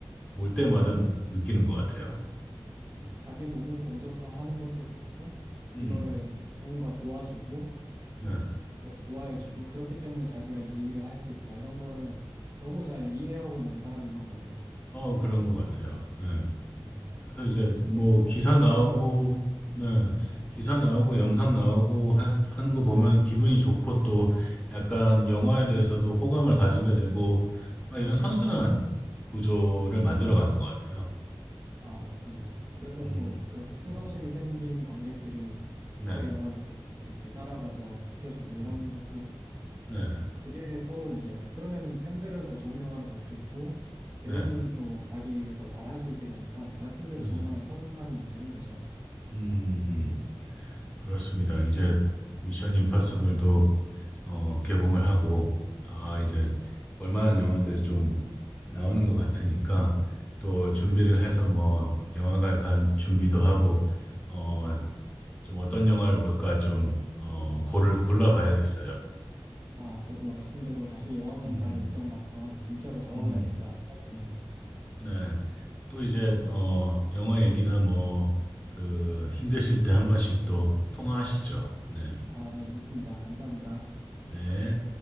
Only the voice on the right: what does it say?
네. 자기 몸을 던져서 하는 것도 그렇고,
이거를 누군가 보아주고,
그 좋아해주고, 그렇기 때문에 자기가 이 일을 할 수 있다. 이런 거를 너무 잘 이해하고 있는 사람인 것 같아요.
네.
그게
정말
프로페셔널한
네.
음.
아, 맞습니다. 그래서
또 그렇게 충성심이
생긴 관객들이
그의 영화를 계속 이렇게 따라가서 지켜주고 이런
것도
그게 서로 이제 그러면은 팬들은 더 좋은 영화를 볼 수 있고 배우는
또 자기 일을 더 잘할 수 있게 되니까 말씀대로
정말
선순환이 되는 거죠.
음.
네.
아, 저도 말씀대로 다시 영화관
갈 일정을 한번 진짜로 잡아봐야겠다
생각이 드네요.
아, 네, 좋습니다. 감사합니다.